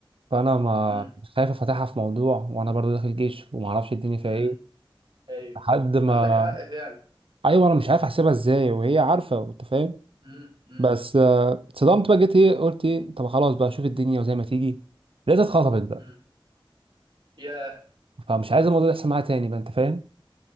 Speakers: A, on the right; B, on the right.
A: فانا ما
B: مم،
A: مش خايف افتحها في موضوع وانا برضو داخل جيش وما اعرفش الدنيا فيها
B: مم.
A: ايه
B: أيوه
A: لحد ما
B: عندك حق فعلا
A: ايوه انا مش عارف احسبها ازاي وهي عارفه انت فاهم
B: مم، مم،
A: بس آه، اتصدمت بقى جيت ايه قلت ايه طب خلاص بقى شوف الدنيا وزي ما تيجي لقيتها اتخطبت بقى
B: مم. يا
A: فمش عايز الموضوع ده يحصل معايا تاني بقى انت فاهم